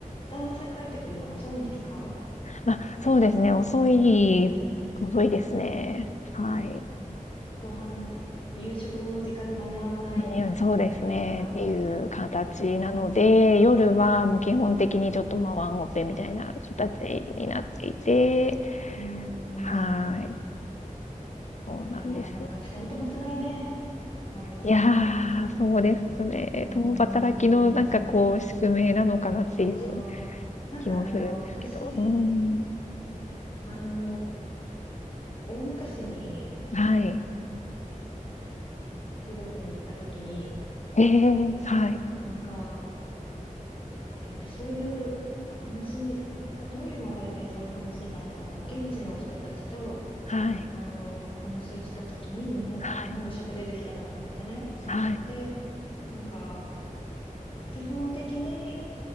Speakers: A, on the left; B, on the left.
A: 旦那さん帰ってくるの遅いんですか
B: ま、そうですね、遅い遅いですね。
A: うん。
B: はい。
A: ご飯、夕食の時間に間に合わないぐらいとか
B: 間に合うそうですね、っていう形なので、
A: ああ
B: 夜はもう基本的にちょっと、ま、ワンオペみたいな形になっていて、
A: うーん。
B: はい、そうなんです。
A: それはなんか二人とも辛いね。多分。
B: いやー、そうですね。
A: うーん。
B: 共働きのなんかこう、宿命なのかなっていう
A: そうそう。なんかあの、
B: 気もするんですけど。
A: 私、
B: うん。
A: あの、大昔に
B: はい。
A: 中国に行った時に、
B: ええ、はい。
A: なんか、えっと、そういう話、だどういう流れでそういう話になったのか、現地の人たちと、
B: はい、
A: あの、話をした時に日本、
B: はい、
A: 日本語喋れる人だったのでね。
B: はい、
A: で、なんか、基本的に